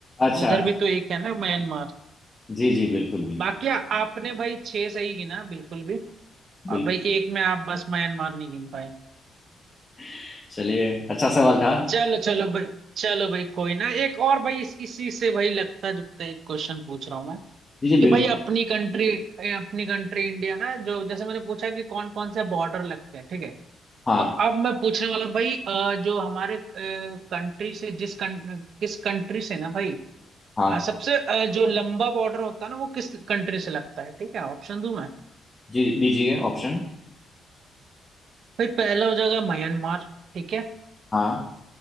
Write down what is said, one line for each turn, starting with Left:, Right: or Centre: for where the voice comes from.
Left: अच्छा
Right: तो उधर भी तो एक है ना म्यांमार
Left: जी जी बिल्कुल बिल्कुल
Right: बाकी आपने भाई छह सही गिना बिल्कुल भी
Left: बिल्कुल
Right: और भाई एक में आप बस म्यांमार नहीं गिन पाए
Left: <laughs> चलिए अच्छा सवाल था
Right: चलो चलो भाई चलो भाई कोई ना एक और भाई इस, इसी से भाई लगता जुगता एक क्वेश्चन पूछ रहा हूँ मैं
Left: जी जी
Right: कि
Left: बिल्कुल
Right: भाई अपनी कंट्री अपनी कंट्री इंडिया ना जो जैसे मैंने पूछा कि कौन कौन से बॉर्डर लगते हैं ठीक है
Left: हाँ
Right: तो अब मैं पूछने वाला हूं, भाई अ, जो हमारे कंट्री से जिस कं, किस कंट्री से ना भाई
Left: हाँ
Right: अ, सबसे अ, जो लंबा बॉर्डर होता है ना वो किस कंट्री से लगता है ठीक है ऑप्शन दूं मैं
Left: जी दीजिए ऑप्शन
Right: भाई पहला हो जाएगा म्यांमार ठीक है
Left: हाँ